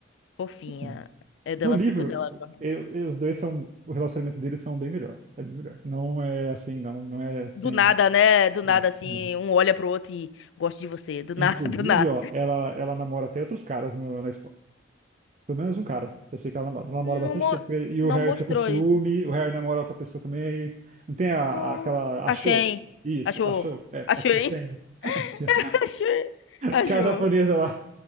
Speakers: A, on the left; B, on the right.
A: fofinha.
B: isso sim.
A: É dela,
B: No livro,
A: assim, quando ela correndo.
B: eu, eu- os dois são, o relacionamento deles são bem melhor. É bem melhor. Não é assim, não, não é assim,
A: Do nada, né? Do
B: não,
A: nada, assim,
B: não.
A: um olha pro outro e gosta de você. Do
B: Inclusive,
A: nada, <laughs> do nada.
B: ó, ela, ela namora até outros caras no- na escola. Pelo menos um cara. Eu sei que ela namora, ela namora
A: Não,
B: bastante
A: mo-
B: tempo. E e
A: não
B: o Harry
A: mostrou
B: fica com ciúme,
A: isso.
B: o Harry namora outra pessoa também. Não tem a, a-
A: Hum,
B: aquela.
A: Achei.
B: Achou? Isso,
A: Achou.
B: achou. É,
A: Achou,
B: achou
A: hein?
B: Feng. <laughs> Achou.
A: <laughs> Achei. Achou.
B: Aquela japonesa lá.